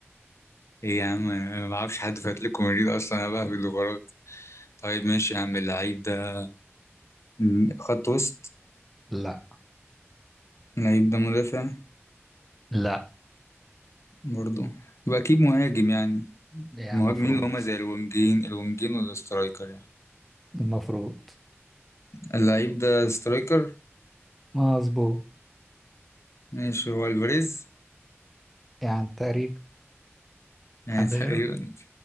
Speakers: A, on the left; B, in the centre.
A: ايه يا عم انا ما اعرفش حد في اتلتيكو مدريد اصلا انا بهبد الغرات طيب ماشي يا عم اللعيب ده م- خط وسط
B: لا
A: اللعيب ده مدافع
B: لا
A: برضه يبقى اكيد مهاجم يعني
B: يعني
A: المهاجمين
B: المفروض
A: اللي هما زي الونجين الونجين والاسترايكر يعني
B: المفروض
A: اللعيب ده سترايكر
B: مظبوط
A: ماشي هو الفاريز
B: يعني تقريبا
A: يعني
B: حد
A: <laughs>
B: غيره
A: تقريبا